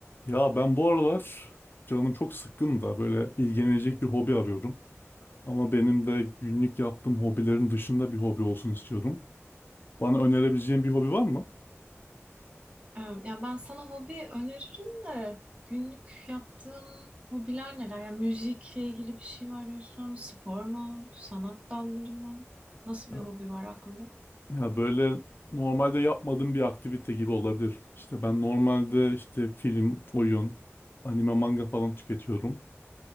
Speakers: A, on the left (about 45°); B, on the right (about 25°).
A: Ya ben bu aralar canım çok sıkkın da böyle ilgilenecek bir hobi arıyorum. Ama benim de günlük yaptığım hobilerin dışında bir hobi olsun istiyorum. Bana önerebileceğin bir hobi var mı?
B: Ee, Yani ben sana hobi öneririm de günlük yaptığın hobiler neler? Yani müzikle ilgili bir şey mi arıyorsun? Spor mu? Sanat dalları mı? Nasıl
A: Ya
B: bir hobi var aklında?
A: ya böyle normalde yapmadığım bir aktivite gibi olabilir. İşte ben normalde işte film, oyun, anime, manga falan tüketiyorum.